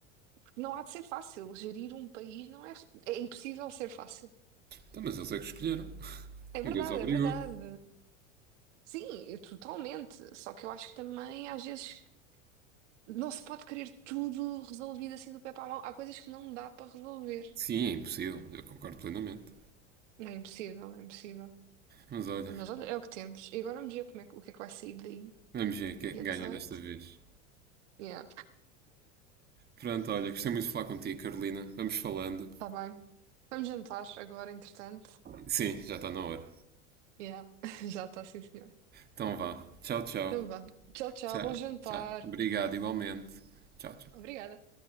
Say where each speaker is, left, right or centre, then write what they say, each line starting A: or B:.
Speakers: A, on the right; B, on the right.
A: não há de ser fácil. Gerir um país não é. É impossível ser fácil.
B: Então, mas eles é que escolheram.
A: É verdade,
B: Ninguém os obrigou.
A: é verdade. Sim, eu totalmente. Só que eu acho que também, às vezes, não se pode querer tudo resolvido assim do pé para a mão. Há coisas que não dá para resolver.
B: Sim, é impossível. Eu concordo plenamente.
A: Não é impossível, é impossível.
B: Mas olha,
A: Mas olha, é o que temos. E agora vamos ver como é, que- o que é que vai sair daí,
B: vamos ver quem
A: dia
B: é que ganha
A: dezoito
B: desta vez.
A: Yeah,
B: Pronto, olha, gostei muito de falar contigo, Carolina. Vamos falando.
A: está bem. Vamos jantar agora, entretanto.
B: Sim, já está na hora.
A: Yeah, <laughs> já está, sim, senhora.
B: Então vá. Tchau, tchau.
A: Então vá. Tchau, tchau.
B: Tchau,
A: Bom jantar.
B: tchau. Obrigado, igualmente. Tchau, tchau.
A: Obrigada.